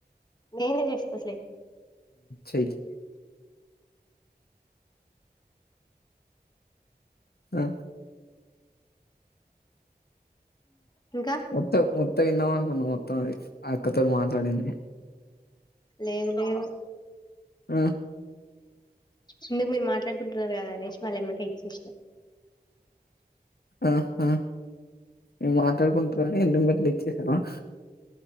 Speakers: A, on the left; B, on the left.
A: నేనే చేస్తస్లే
B: చెయ్యి ఆ
A: ఇంకా
B: మొత్తం మొత్తం విన్నాం అనుకున్నాం మొత్తం అక్కతోనీ మాట్లాడింది
A: లేదు లేదు
B: ఆ
A: ఎందుకు మీరు మాట్లాడుకుంటున్నారు కదా అనేసి మళ్ళ ఏమంటె ఇచ్చేసినా
B: ఆహా మేము మాట్లాడుకుంటాకు ఎ మట్లు ఇచ్చ చేతన్నావా